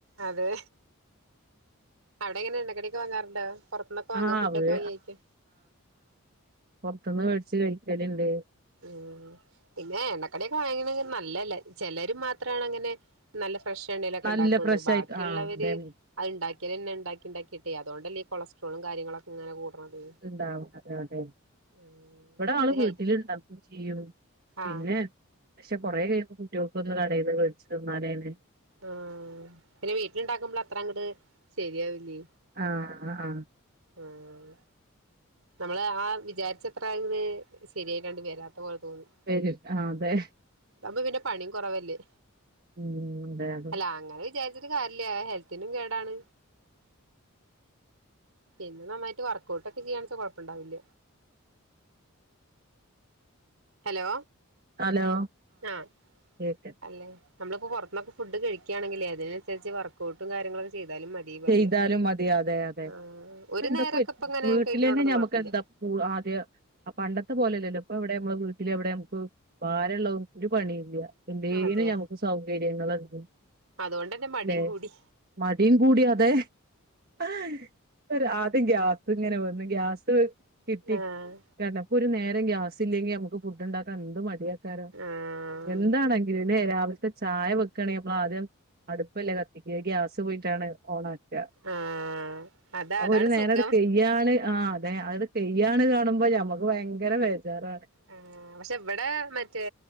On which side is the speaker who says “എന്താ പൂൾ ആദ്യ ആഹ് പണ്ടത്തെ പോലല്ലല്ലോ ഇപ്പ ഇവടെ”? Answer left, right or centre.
Right